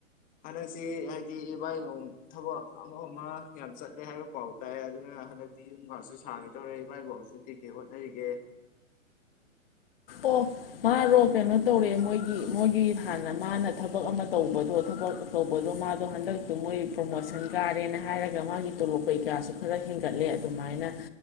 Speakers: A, on the left (about 20°); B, on the left (about 45°).
A: ꯍꯟꯗꯛꯁꯤ ꯍꯥꯏꯗꯤ ꯏꯕꯥꯏꯅꯨꯡ ꯊꯕꯛ ꯑꯃ ꯑꯃ ꯌꯥꯝ ꯆꯠꯂꯦ ꯍꯥꯏꯕ ꯄꯥꯎ ꯇꯥꯏ ꯑꯗꯨꯅ ꯍꯟꯗꯛꯇꯤ ꯌꯨꯝꯒꯁꯨ ꯁꯥꯒꯦ ꯇꯧꯔꯦ ꯏꯕꯥꯏꯕꯨ ꯍꯧꯖꯤꯛ ꯀꯩ ꯀꯩ ꯍꯣꯠꯅꯔꯤꯒꯦ
B: ꯑꯣ ꯃꯥꯔꯣ ꯀꯩꯅꯣ ꯇꯧꯔꯦ ꯃꯣꯏꯒꯤ ꯃꯣꯏꯒꯤ ꯍꯥꯟꯅ ꯃꯥꯅ ꯊꯕꯛ ꯑꯃ ꯇꯧꯕꯗꯣ ꯊꯕꯛ ꯇꯧꯕꯗꯣ ꯃꯥꯗꯣ ꯍꯟꯗꯛꯇꯣ ꯃꯣꯏ ꯄ꯭ꯔꯣꯃꯣꯁꯟ ꯀꯥꯔꯦꯅ ꯍꯥꯏꯔꯒ ꯃꯥꯒꯤ ꯇꯣꯂꯣꯞ ꯀꯩꯀꯥꯁꯨ ꯈꯔ ꯍꯦꯟꯒꯠꯂꯦ ꯑꯗꯨꯃꯥꯏꯅ